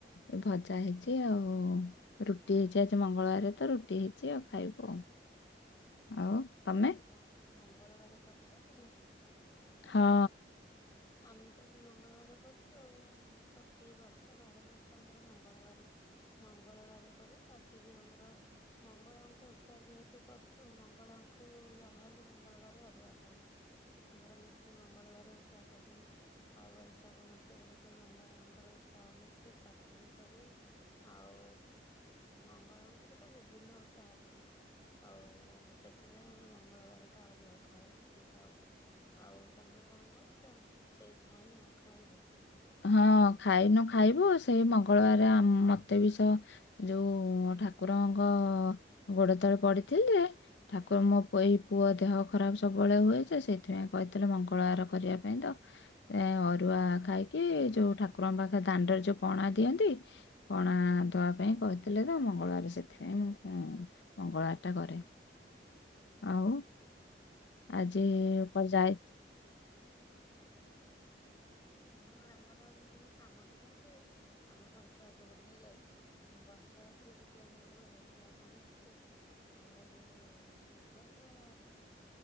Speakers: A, on the left; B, on the left.
A: ଏ ଭଜା ହେଇଛି ଆଉ ରୁଟି ହେଇଛି। ଆଜି ମଙ୍ଗଳବାର ତ ରୁଟି ହେଇଛି ଆଉ ଖାଇବୁ ଆଉ। ଆଉ ତମେ
B: ହ ହଁ। ମଙ୍ଗଳବାର କରୁଛ କି?
A: ହଁ।
B: ଆମ <unintelligible> ମଙ୍ଗଳବାର କରୁଛୁ ଆଉ। ପ୍ରତିବର୍ଷ ବାର ମାସ ଆମର ମଙ୍ଗଳବାର ମଙ୍ଗଳବାର କରୁ ତାପରେ ବି ଆମର ମଙ୍ଗଳାଙ୍କୁ ଓଷା ଯେହେତୁ କରୁଛୁ, ମଙ୍ଗଳାଙ୍କୁ ଯାହାହଲେ ମଙ୍ଗଳବାର ଅରୁଆ ଖାଉ ଆମର ନିଶି ମଙ୍ଗଳବାର ଓଷା କରୁ ଆଉ ବୈଶାଖ ମାସରେ ଗୋଟେ ମଙ୍ଗଳାଙ୍କର ଓଷା ହୁଏ ସେ ତାକୁ ବି କରୁ, ଆଉ ମଙ୍ଗଳାଙ୍କର ତ ବିଭିନ୍ନ ଓଷା ଅଛି ଆଉ ସେଥିପାଇଁ ଆମେ ମଙ୍ଗଳବାର ଟା ଅରୁଆ ଖାଉ, ରୁଟି ଖାଉ, ଆଉ ତମେ କଣ କରୁଛ? ସେଇ ଖାଇନ ଖାଇବ।
A: ହଁ ଖାଇନୁ ଖାଇବୁ, ସେଇ ମଙ୍ଗଳବାର ମତେ ବି ସ ଯୋଉ ଠାକୁରଙ୍କ ଗୋଡ ତଳେ ପଡିଥିଲି ଯେ, ଠାକୁର ମୋ ଏଇ ପୁଅ ଦେହ ଖରାପ ସବୁବେଳେ ହୁଏ ସେ ସେଇଥିପାଇଁ କହିଥିଲେ, ମଙ୍ଗଳବାର କରିବା ପାଇଁ ତ ଅରୁଆ ଖାଇ କି ଯୋଉ ଠାକୁରଙ୍କ ପାଖରେ ଦାଣ୍ଡରେ ଯୋଉ ପଣା ଦିଅନ୍ତି ପଣା ଦବା ପାଇଁ କହିଥିଲେ ତ ମଙ୍ଗଳବାର ସେଥିପାଇଁ ମୁଁ ମଙ୍ଗଳବାର ଟା କରେ। ଆଉ ଆଜି
B: ଆଉ
A: ଉପରେ ଯାଇ
B: ହଁଁ ଆମର ଆଜି କାମ ଥିଲା ସେ ଆମ ପଞ୍ଚା ପଞ୍ଚାୟତ ଗୁଡିକ ଯାଇଯିବେ ଆମ ପଞ୍ଚାୟତ ସେଠି ଆଜି ଆମର ହଉଥିଲା କଣ କି ଆମର ଯୋଉ ସୁଭଦ୍ରା